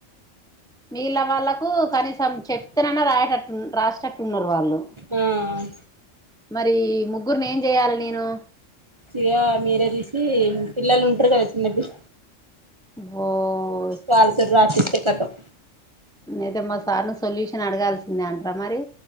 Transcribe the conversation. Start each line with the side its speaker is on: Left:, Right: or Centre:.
Centre: మిగిల్నా వాళ్ళలకు కనీసం చెప్తేనన్నా రాయేటట్టు రాసేటట్టు టున్నారు వాళ్ళు
Right: ఆ
Centre: మరీ ముగ్గుర్ని ఏం జేయాలి నేను
Right: ఇగా మీరే దీసి పిల్లలు ఉంటరు గదా చిన్నపిల్
Centre: ఓ
Right: వాళ్లతోన్ రాపిత్తే కతం
Centre: అయితే మా సార్ని సొల్యూషన్ అడగాల్సిందే అంట్రా మరి